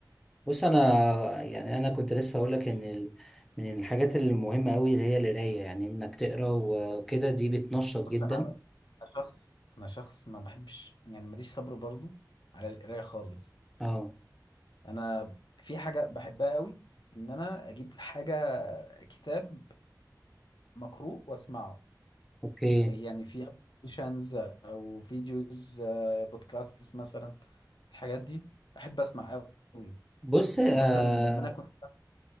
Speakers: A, in the centre; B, on the left.
A: بص انا يعني انا كنت لسه اقول لك ان ال... من الحاجات المهمه قوي اللي هي القرايه يعني انك تقرا وكده دي بتنشط جدا
B: بص انا أنا شخص انا شخص ما بحبش يعني ماليش صبر برضو على القرايه خالص
A: اه
B: انا في حاجه بحبها قوي ان انا اجيب حاجه كتاب مقروء واسمعه
A: اوكي
B: يعني في ابلكيشنز او فيديوز آه، بودكاستس مثلا الحاجات دي بحب اسمع قوي
A: بص
B: يعني
A: آه
B: مثلا لما انا كنت